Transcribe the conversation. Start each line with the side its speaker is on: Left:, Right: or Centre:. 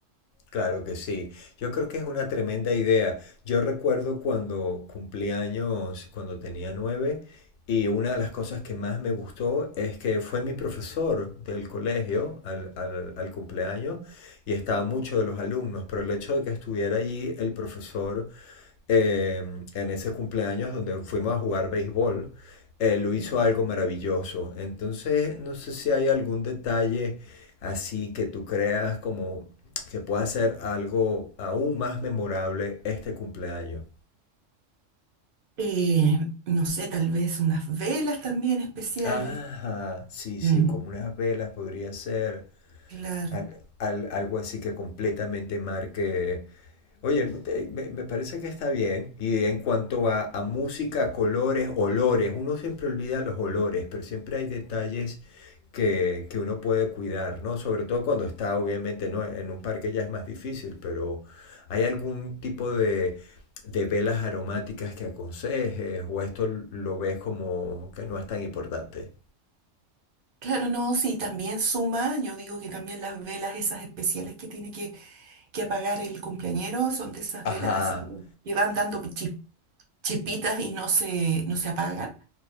Left: claro que sí. Yo creo que es una tremenda idea. Yo recuerdo cuando cumplí años, cuando tenía nueve, y una de las cosas que más me gustó es que fue mi profesor del colegio al, al- al cumpleaños y estaban muchos de los alumnos, pero el hecho de que estuviera allí el profesor eh, en ese cumpleaños donde fuimos a jugar béisbol, eh, lo hizo
Right: Ya.
Left: algo maravilloso. Entonces, no sé si hay algún detalle así que tú creas como que pueda ser algo aún más memorable este cumpleaños.
Right: Eh, no sé, tal vez unas velas también especiales.
Left: Ajá, sí,
Right: Mm,
Left: sí, como unas velas podría ser.
Right: claro.
Left: Al- al- algo así que completamente marque Oye, te- me, me parece que está bien. Y en cuanto a, a música, colores, olores, uno siempre olvida los olores, pero siempre hay detalles que, que uno puede cuidar, ¿no? Sobre todo cuando está, obviamente, ¿no? En un parque ya es más difícil, pero ¿hay algún tipo de, de velas aromáticas que aconsejes? ¿O esto lo ves como que no es tan importante?
Right: Claro, no, sí, también suma, yo digo que también las velas esas especiales que tiene que, que apagar el cumpleañero son de esas
Left: Ajá.
Right: velas así como que van dando chi- chispitas y no se, no se apagan.